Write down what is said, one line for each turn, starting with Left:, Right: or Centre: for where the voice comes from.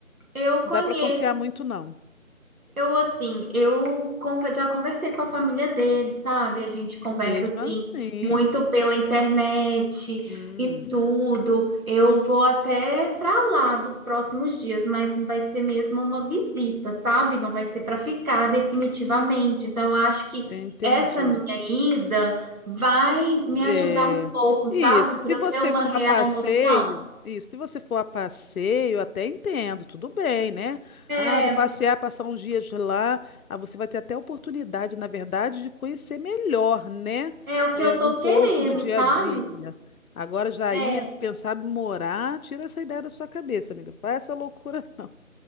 Right: eu
Left: não
Right: conheço
Left: dá para confiar muito, não.
Right: Eu, assim, eu con- já conversei com a família dele, sabe? A gente conversa,
Left: Mesmo
Right: assim,
Left: assim,
Right: muito pela internet
Left: hum,
Right: e tudo. Eu vou até para lá dos próximos dias, mas vai ser mesmo uma visita, sabe? Não vai ser para ficar definitivamente. Então, eu acho que
Left: eu entendi.
Right: essa minha ida vai me ajudar
Left: É,
Right: um pouco,
Left: isso.
Right: sabe?
Left: Se
Right: Para
Left: você
Right: eu ter uma
Left: for
Right: real
Left: a passeio,
Right: noção.
Left: isso. Se você for a passeio, até entendo, tudo bem, né?
Right: É,
Left: Ah, vou passear, passar uns dias lá. Ah, você vai ter até oportunidade, na verdade, de conhecer melhor, né?
Right: é o que
Left: É,
Right: eu tô
Left: um pouco
Right: querendo,
Left: do dia
Right: sabe?
Left: a dia. Agora já
Right: É.
Left: ia se pensar em morar, tira essa ideia da sua cabeça, amiga. Faz essa loucura, <laughs> não.